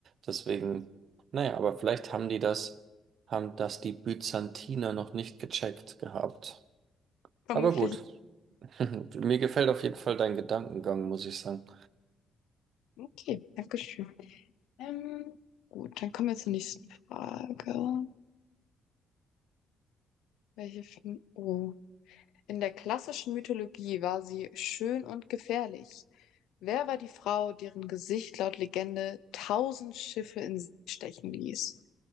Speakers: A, on the right (about 60°); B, on the left (about 80°).
A: Deswegen, naja, aber vielleicht haben die das, haben das die Byzantiner noch nicht gecheckt gehabt.
B: vermutlich.
A: Aber gut, <laughs> mir gefällt auf jeden Fall dein Gedankengang, muss ich sagen.
B: Okay, Dankeschön. Ähm, gut, dann kommen wir zur nächsten Frage. Welche Film? Oh. In der klassischen Mythologie war sie schön und gefährlich. Wer war die Frau, deren Gesicht laut Legende tausend Schiffe in See stechen ließ?